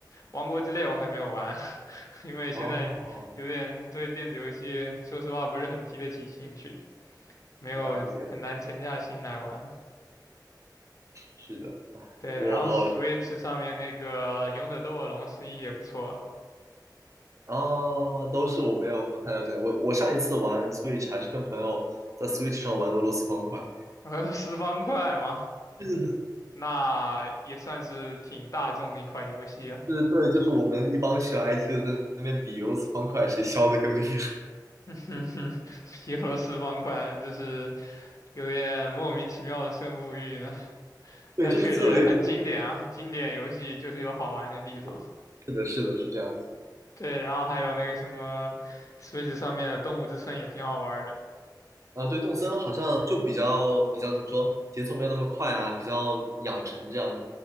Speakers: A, on the left; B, on the right.
A: 王国之泪我还没有玩，<laughs> 因为现在有点对电子游戏说实话不是很提得起兴趣。
B: 哦，
A: 没有很难沉下心来玩。
B: 了解，是的。
A: 对，
B: 我
A: 然后 Switch 上面那个《勇者斗恶龙》十一也不错，
B: 啊，都是我没有太了解。我我上一次玩 Switch 还是跟朋友在 Switch 上玩俄罗斯方块。
A: 然后十方块嘛，
B: 是的，
A: 那也算是挺大众的一款游戏啊
B: 是，对，就是我们一帮学 IT 的在那边比俄罗斯方块谁削的更厉害。
A: <laughs> 皮罗十方块，那真是有点莫名其妙的胜负欲呢，
B: <laughs> 对，
A: 但确实很经典啊，
B: 就是策略。是
A: 经典游戏就是有好玩的地方。
B: 的，是的，是的，是这样子
A: 对，然后还有那个什么，Switch 上面的《动物之森》也挺好玩的。
B: 的啊，对，动森好像就比较比较怎么说，节奏没有那么快啊，比较养成这样。